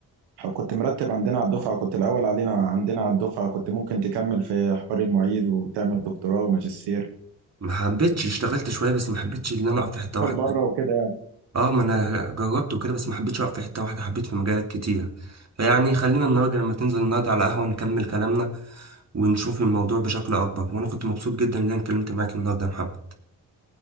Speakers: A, on the right; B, on the right.
A: كنت مرتب عندنا على الدفعه كنت الاول علينا عندنا على الدفعه كنت ممكن تكمل في حوار المعيد وتعمل دكتوراه وماجستير
B: ما حبيتش اشتغلت شوية بس ما حبيتش ان انا اقف في حتة واحدة
A: بره وكده يعني
B: اه ما انا جربت وكده بس ما حبيتش اقف في حتة واحدة حبيت في مجالات كتير فيعني خلينا النهارده لما تنزل النهارده على قهوة نكمل كلامنا ونشوف الموضوع بشكل اكبر وانا كنت مبسوط جدا ان انا اتكلمت معاك النهارده يا محمد